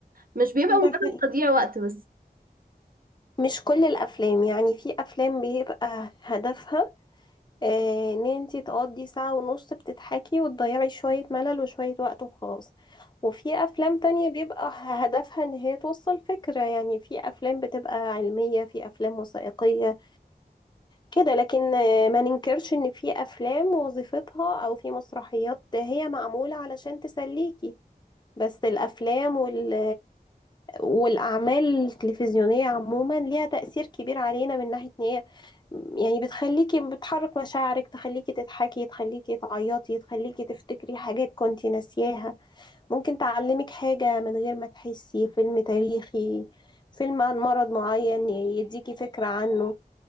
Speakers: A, on the right (about 60°); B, on the left (about 25°).
A: مش بيبقى
B: ده
A: مجرد
B: حقيقي.
A: تضييع وقت بس
B: مش كل الافلام يعني في افلام بيبقى هدفها آه، ان انتي تقضي ساعة ونص بتضحكي وتضيعي شوية ملل وشوية وقت وخلاص وفي افلام تانية بيبقى هدفها ان هي توصل فكرة يعني في افلام بتبقى علمية في افلام وثائقية كده لكن آه، ما ننكرش ان في افلام وظيفتها او في مسرحيات هي معمولة علشان تسليكي بس الافلام وال والأعمال التلفزيونية عموما ليها تأثير كبير علينا من ناحية إن هي يعني بتخليكي بتحرك مشاعرك تخليكي تضحكي تخليكي تعيطي تخليكي تفتكري حاجات كنتي ناسياها ممكن تعلمك حاجة من غير ما تحسي فيلم تاريخي فيلم عن مرض معين يديكي فكرة عنه